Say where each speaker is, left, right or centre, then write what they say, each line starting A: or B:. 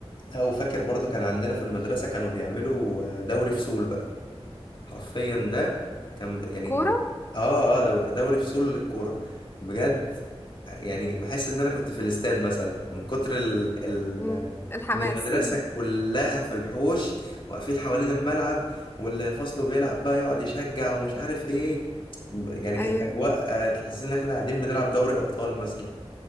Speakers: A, on the left (about 50°); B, on the left (about 20°).
A: لا وفاكر برضو كان عندنا في المدرسه كانوا بيعملوا آه، دوري فصول بقى حرفيا ده كان ب- يعني
B: كورة
A: اه اه دوري, دوري فصول للكوره بجد يعني بحس ان انا كنت في الاستاد مثلا من كتر ال ال
B: مم. الحماس
A: ان المدرسه كلها في الحوش واقفين حوالين الملعب واللي فصله بيلعب بقى يقعد يشجع ومش عارف ايه يعني
B: <laughs>
A: كانت
B: أيوة
A: اجواء آه، تحسسني ان احنا قاعدين بنلعب دوري ابطال مثلا